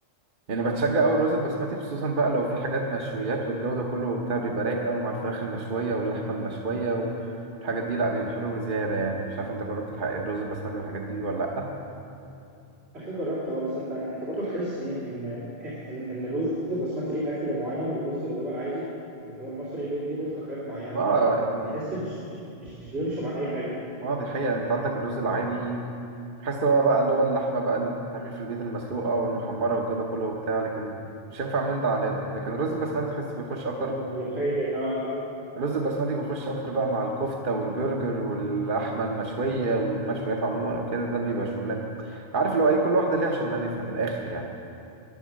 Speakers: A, on the right; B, on the right.
A: يعني بتشجع أوي الرز البسمتي خصوصا بقى لو في حاجات مشويات والجو ده كله وبتاع بيبقى رايق أوي مع الفراخ المشوية واللحمة المشوية والحاجات دي لأ بيبقى حلو بزيادة يعني مش عارف أنت جربت الح- الرز البسمتي بالحاجات دي ولا لأ؟
B: أخي جربته أه بس أنت أنت برضه تحس إيه إن إن إن الرز البسمتي ليه أكل معين والرز اللي هو العادي اللي هو المصري ليه, ليه برضه أكلات معينة
A: ما
B: يعني
A: يعني
B: تحس مش مش بيمشوا مع أي حاجة
A: ما دي حقيقة أنت عندك الرز العادي بحس اللي هو بقى اللي هو اللحمة بقى اللي بتتعمل في البيت المسلوقة والمحمرة والجو ده كله وبتاع لكن مش هينفع من ده على ده لكن الرز البسمتي تحس بيخش أكتر
B: أه الملوخية أه كده
A: الرز البسمتي بيخش أكتر بقى مع الكفتة والبرجر واللحمة المشوية والمشويات عموما وكده ده بيبقى شغلانة عارف اللي هو إيه كل واحدة ليها شغلانتها من الآخر يعني